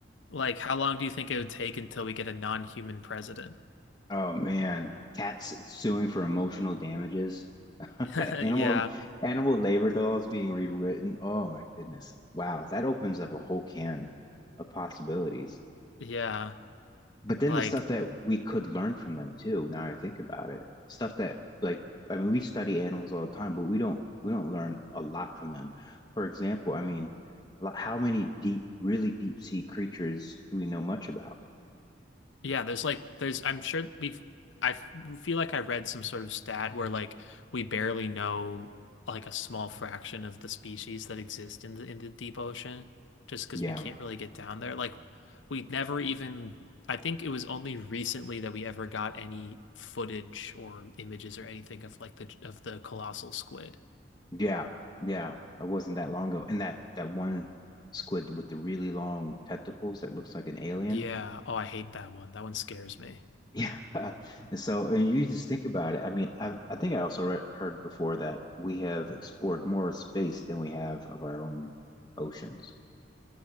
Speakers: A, on the left; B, on the left.
A: Like, how long do you think it would take until we get a non-human president?
B: Oh man, cats suing for emotional damages. <laughs>
A: <laughs>
B: Animal
A: Yeah.
B: animal labor laws being rewritten. Oh my goodness. Wow, that opens up a whole can of possibilities.
A: Yeah.
B: But then
A: Like
B: the stuff that we could learn from them too, now I think about it, stuff that like I mean we study animals all the time, but we don't we don't learn a lot from them. For example, I mean, lo- how many deep, really deep sea creatures do we know much about?
A: Yeah, there's like there's I'm sure we've I f- feel like I read some sort of stat where like we barely know like a small fraction of the species that exist in the in the deep ocean just because
B: Yeah.
A: we can't really get down there. Like we never even I think it was only recently that we ever got any footage or images or anything of like the of the colossal squid.
B: Yeah. Yeah. It wasn't that long ago. And that that one squid with the really long tentacles that looks like an alien.
A: Yeah. Oh, I hate that one. That one scares me.
B: Yeah. <laughs> And so, and you just think about it. I mean, I I think I also read, heard before that we have explored more space than we have of our own oceans.